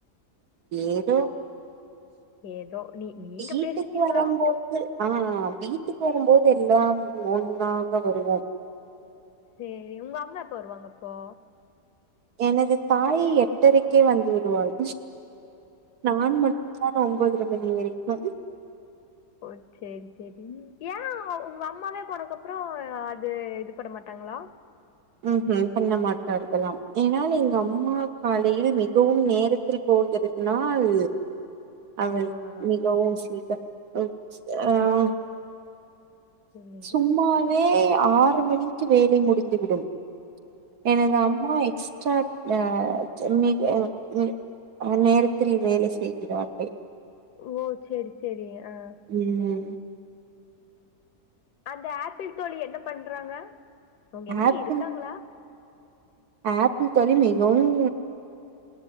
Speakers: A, on the right; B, on the left.
A: ஏதோ
B: ஏதோ நீ நீங்க
A: வீட்டுக்கு
B: பேசுவீங்களா
A: வரம்போது ஆஹ் வீ சுட்டி போறம் போது எல்லாம் ஒன்னாக வருவோம்
B: சேரி உங்க அம்மா எப்ப வருவாங்கப்பா
A: எனது தாய் எட்டரைக்கே வந்து விடுவாள் நான் மட்டு்தான் ஒம்பது ஒன்பது மணி வரைக்கும்
B: ஓ சேரி சேரி ஏ உங்க அம்மாவே போனக்கப்ரோ அது இது பண்ண மாட்டாங்களா
A: ஹம் ஹம் பண்ண மாட்டார்களாம் ஏனா எங்க அம்மா காலையில் மிகவும் நேரத்தில் போகிறதுனால் அவள்
B: ஆ
A: மிகவும் ஸ்வீட்டா அ ஆஹ்
B: சேரி
A: சும்மா வே ஆறு மணிக்கு வேலை முடிந்துவிடும் எனது அம்மா எக்ஸ் ச்சாப்ட செம்மீன் வேகவெசு நேரத்தில் வேலை செய்கிறார்கள்
B: ஓ சேரி சேரி ஆ
A: உம்
B: அந்த ஆப்பிள் தோழி என்ன பண்றாங்க அவங்க என்ன
A: ஆப்
B: இருக்காங்களா
A: ஆ தோழி மிகவும்